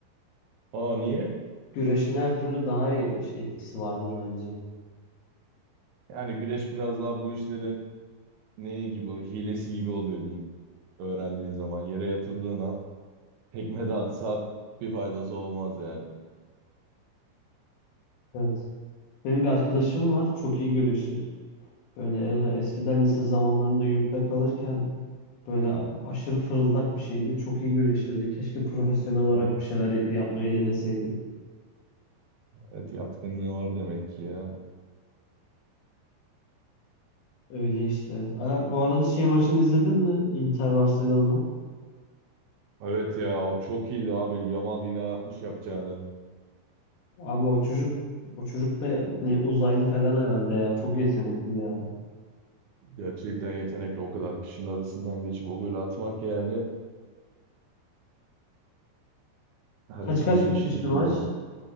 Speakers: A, on the right; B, on the left.
A: <clears throat> Aa niye?
B: Güreşin her türlü daha iyi etkisi vardır bence.
A: Yani güreş biraz daha bu işlerin neye gibi, hilesi gibi oluyor diyeyim. Öğrendiğin zaman yere yatırdığın an tekme de atsa bir faydası olmaz yani.
B: Evet. Benim bir arkadaşım var. Çok iyi güreşir. Böyle e, eskiden lise zamanlarında yurtta kalırken böyle a- aşırı fırıldak bir şeydi. Çok iyi güreşirdi. Keşke profesyonel olarak
A: Ah,
B: bir şeyler yapmayı deneseydi.
A: Evet yatkınlığı var demek ki ya.
B: Öyle işte. Aa, bu arada şey maçını izledin mi? Inter Barcelona.
A: Evet ya o çok iyiydi abi. Yamal yine yapmış yapacağını.
B: Abi o çocuk o çocuk da ne uzaylı falan herhalde ya. Çok yetenekli ya.
A: Gerçekten yetenekli o kadar kişinin arasından geçip o golü atmak yani herkesin
B: Kaç kaç bitmişti
A: işi değil
B: maç?
A: bence.